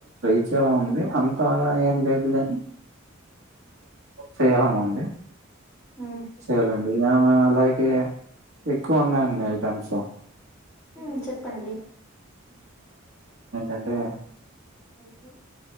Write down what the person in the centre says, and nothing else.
హ్మ్
ఉమ్ చెప్పండి.
ఐక్యు.